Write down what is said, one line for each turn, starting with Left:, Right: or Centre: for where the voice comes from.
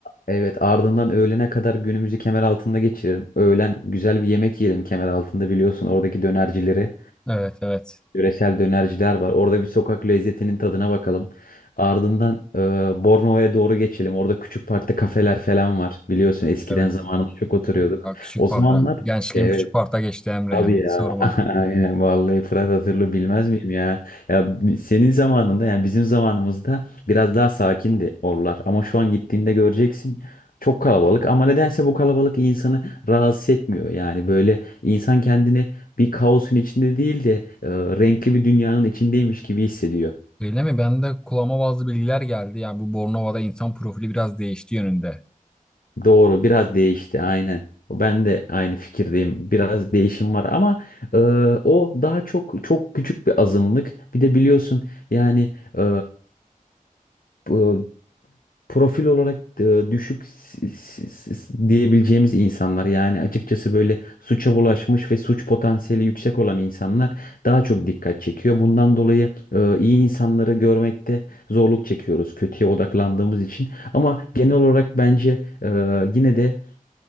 Left: Evet ardından öğlene kadar günümüzü Kemeraltı'nda geçirelim. Öğlen güzel bir yemek yiyelim Kemeraltı'nda biliyorsun oradaki dönercileri.
Centre: Evet, evet.
Left: Yöresel dönerciler var. Orada bir sokak lezzetinin tadına bakalım. Ardından e, Bornova'ya doğru geçelim. Orada küçük parkta kafeler falan var. Biliyorsun
Centre: Evet,
Left: eskiden
Centre: evet.
Left: zamanında çok oturuyorduk.
Centre: Ya küçük
Left: O zamanlar
Centre: parkta. Gençliğim
Left: evet
Centre: küçük parkta geçti Emre
Left: Tabii
Centre: ya. Hiç
Left: ya.
Centre: sorma.
Left: <laughs> Aynen vallahi Fırat hatırlı bilmez miyim ya? Ya bi- senin zamanında yani bizim zamanımızda biraz daha sakindi oralar. Ama şu an gittiğinde göreceksin çok kalabalık ama nedense bu kalabalık insanı rahatsız etmiyor. Yani böyle insan kendini bir kaosun içinde değil de e, renkli bir dünyanın içindeymiş gibi hissediyor.
Centre: Öyle mi? Ben de kulağıma bazı bilgiler geldi. Yani bu Bornova'da insan profili biraz değişti yönünde.
Left: Doğru, biraz değişti aynen. Ben de aynı fikirdeyim. Biraz değişim var ama e, o daha çok çok küçük bir azınlık. Bir de biliyorsun yani e, bu- profil olarak e, düşük s- s- s- diyebileceğimiz insanlar yani açıkçası böyle suça bulaşmış ve suç potansiyeli yüksek olan insanlar daha çok dikkat çekiyor. Bundan dolayı e, iyi insanları görmekte zorluk çekiyoruz kötüye odaklandığımız için. Ama genel olarak bence e, yine de